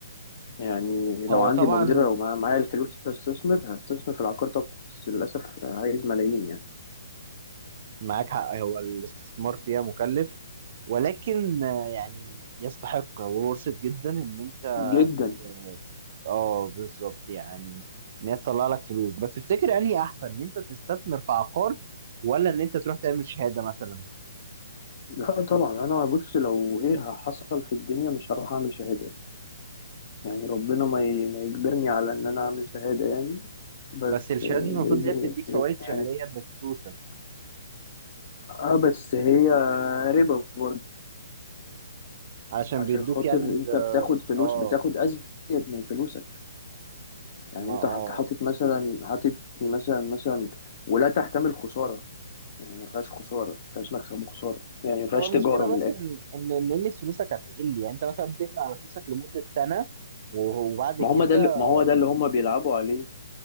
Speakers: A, on the left (about 45°); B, on the right (about 45°).
A: يعني لو
B: هو
A: عندي
B: طبعا
A: مقدره لو مع- معايا الفلوس استثمر هستثمر في العقار طبعا بس للاسف عايز ملايين يعني
B: معاك حق هو الاستثمار فيها مكلف ولكن آه، يعني يستحق وورثة جدا ان انت
A: جدا
B: تت- اه بالظبط يعني ان هي تطلع لك فلوس بس تفتكر انهي احسن ان انت تستثمر في عقار ولا ان انت تروح تعمل شهادة مثلا
A: لا طبعا انا بص لو ايه حصل في الدنيا مش هروح اعمل شهاده يعني يعني ربنا ما ي- ما يجبرني على ان انا اعمل شهاده يعني بس
B: بس الشهاده
A: آه،
B: دي المفروض
A: باذن
B: ان هي بتديك
A: بس
B: فوائد شهريه
A: يعني
B: بفلوسك
A: اه بس هي ربا برضه
B: علشان
A: عشان
B: بيدوك
A: خاطر
B: يعني
A: انت
B: ال
A: بتاخد فلوس
B: اه
A: بتاخد ازيد من فلوسك يعني
B: ما
A: انت
B: اه
A: حط- حاطط مثلا حاطط مثلا مثلا ولا تحتمل خساره يعني ما فيهاش خساره ما فيهاش مكسب وخساره يعني ما فيهاش
B: هو المشكله
A: تجاره من
B: بس
A: الاخر
B: ان ان ان قيمه فلوسك هتقل يعني انت مثلا بتقفل على فلوسك لمده سنه وهو- وبعد
A: ما
B: كده
A: هم ده اللي- ما هو ده اللي هم بيلعبوا عليه